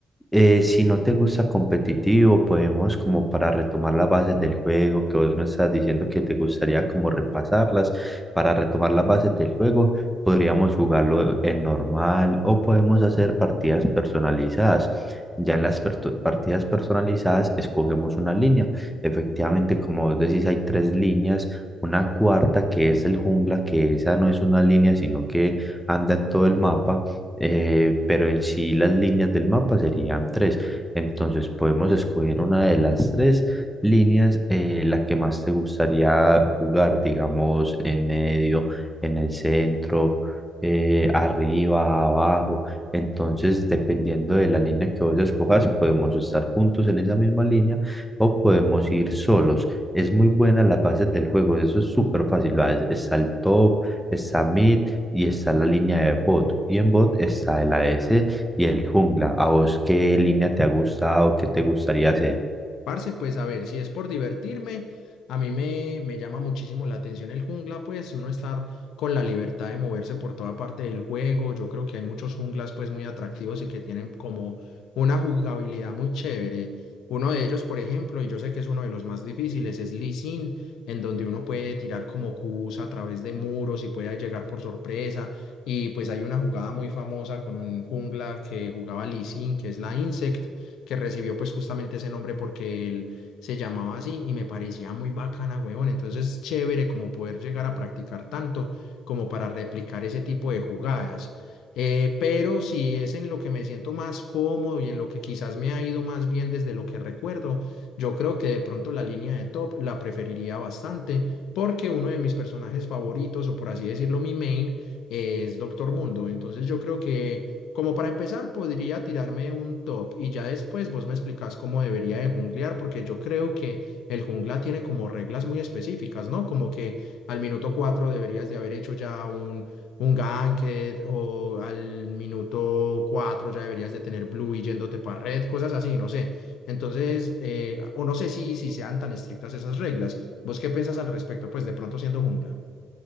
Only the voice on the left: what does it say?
Parce, pues a ver, si es por divertirme, a mí me, me llama muchísimo la atención el jungla, pues uno estar con la libertad de moverse por toda parte del juego. Yo creo que hay muchos junglas pues muy atractivos y que tienen como una jugabilidad muy chévere. Uno de ellos, por ejemplo, y yo sé que es uno de los más difíciles, es Lee Sin, en donde uno puede tirar como Qs a través de muros y puede llegar por sorpresa. Y pues hay una jugada muy famosa con un jungla que jugaba Lee Sin, que es la Insect que recibió pues justamente ese nombre porque él se llamaba así y me parecía muy bacana, huevón. Entonces, chévere como poder llegar a practicar tanto como para replicar ese tipo de jugadas. Eh, pero si es en lo que me siento más cómodo y en lo que quizás me ha ido más bien desde lo que recuerdo, yo creo que de pronto la línea de top la preferiría bastante porque uno de mis personajes favoritos, o por así decirlo, mi main, es Doctor Mundo. Entonces yo creo que como para empezar, podría tirarme un top y ya después vos me explicás cómo debería de junglear, porque yo creo que el jungla tiene como reglas muy específicas, ¿no? Como que al minuto 4 deberías de haber hecho ya un, un ganket o al minuto 4 ya deberías de tener blue y yéndote para red, cosas así, no sé. Entonces, eh, o no sé si, si sean tan estrictas esas reglas. ¿Vos qué piensas al respecto? Pues de pronto siendo jungla.